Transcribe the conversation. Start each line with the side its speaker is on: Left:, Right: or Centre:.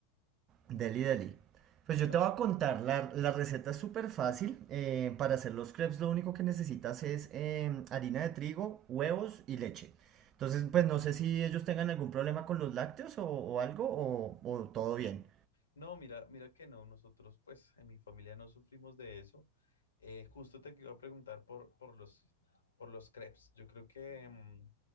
Right: Deli, deli. Pues
Left: Dale.
Right: yo te voy a contar, la, la receta es súper fácil. eh, para hacer los crepes lo único que necesitas es em, harina de trigo, huevos y leche. Entonces, pues no sé si ellos tengan algún problema con los lácteos o, o algo, o, o todo bien.
Left: No, mira, mira que no, nosotros pues en mi familia no sufrimos de eso. Eh, justo te iba a preguntar por, por los, por los crepes. Yo creo que mm,